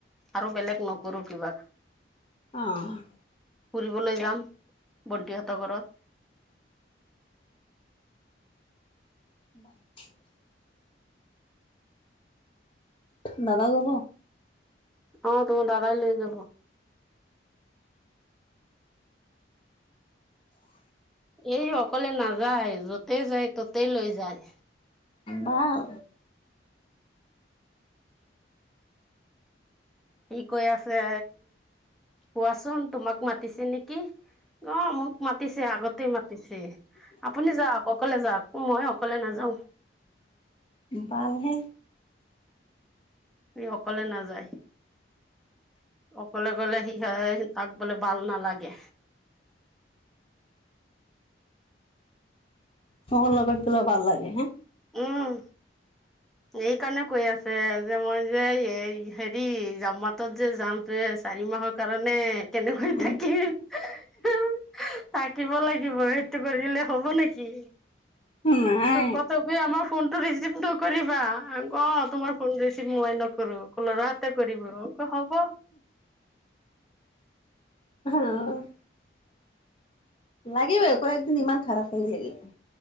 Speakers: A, in the centre; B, on the left.
A: আৰু বেলেগ নকৰো কিবা।
B: অঁ।
A: ফুৰিবলৈ যাম বন্তিহঁতৰ ঘৰত।
B: <inaudible> দাদা যাব।
A: অ তো দাদাই লৈ যাব। এই অকলে নাযায় য'তে যায় ততেই লৈ যায়।
B: ভাল।
A: সি কৈ আছে, কোৱাচোন তোমাক মাতিছে নেকি। অ মোক মাতিছে। আগতে মাতিছে, আপুনি যাওঁক অকলে যাওঁক মই অকলে নাযাও।
B: বাল হে।
A: সি অকলে নাযায়। অকলে গলে সি হয় তাক বোলে বাল নালাগে।
B: সহ লগত গ'লে ভাল লাগে হে।
A: উম। এই কাৰণে কৈ আছে, যে মই যে এই হেৰি জামাত যে যাম যে চাৰি মাহৰ কাৰণে কেনেকৈ
B: উ
A: থাকিম। থাকিব লাগিব সেইটো কৰিলে হব নেকি।
B: নাই
A: কতপি আমাৰ ফোনটো ৰিচিভ ত কৰিবা অ তোমাৰ ফোন ৰিচিভ মই নকৰো, লৰা হতে কৰিব ক হব।
B: <unintelligible> লাগিবই আকৌ একজনী ইমান খাৰাপ হেৰি।